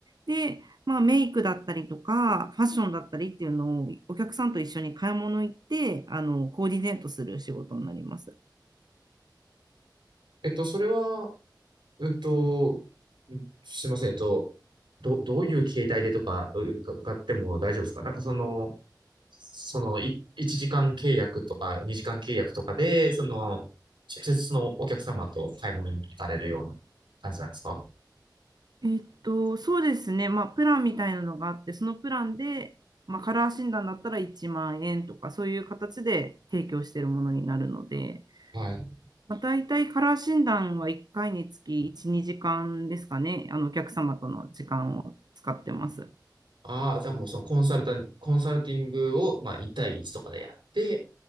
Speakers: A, on the right; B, on the right.
A: で、まあ、メイクだったりとか、ファッションだったりっていうのをお客さんと一緒に買い物行って、あの、コーディネートする仕事になります。
B: えっと、それは、えっと、すいません。えっと、ど、どういう形態でとか、う、か伺っても大丈夫ですかなんかその、その、い、1時間契約とか、2時間契約とかで、その、直接そのお客様と買い物に行かれるような感じなんですか
A: えっと、そうですね。まあ、プランみたいなのがあって、そのプランで、まあ、カラー診断だったら1万円とか、そういう形で提供しているものになるので、
B: はい。
A: まあ、大体カラー診断は1回につき1、2時間ですかね。あの、お客様との時間を使ってます。
B: ああ、じゃあもうそのコンサルタン、コンサルティングを、まあ、1対1とかでやって、